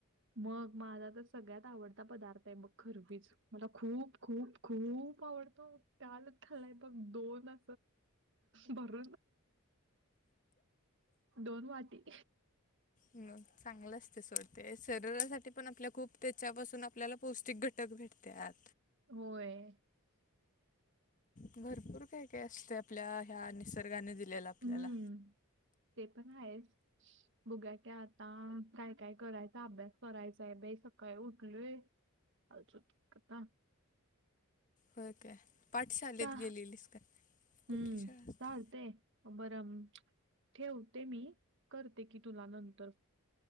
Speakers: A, on the right (about 55°); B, on the left (about 35°).
A: मग माझा तर सगळ्यात आवडता पदार्थ आहे मग खरवीच मला खूप खूप खूप आवडतो त्यालच खलाय बघ दोन बर. दोन वाटी.
B: म चांगलंच ते सोडते शरीरासाठी पण आपल्या खूप त्याच्यापासून आपल्याला पौष्टिक घट. उटक भेटतत.
A: होय.
B: भरपूर काय काय असते आपल्या ह्या निसर्गाने दिलेला आपल्याला
A: हम्म ते पण आहेच बुघा क आता काय काय? करायचा अभ्यास करायचाय बाई सकाळी उठलोयचतता.
B: हो काय पाठशालेेत
A: चा
B: गेलेलीस का कुठली
A: हम्म
B: शाळा असते.
A: चालतंय बरं ठेवते मी करते की तुला नंतर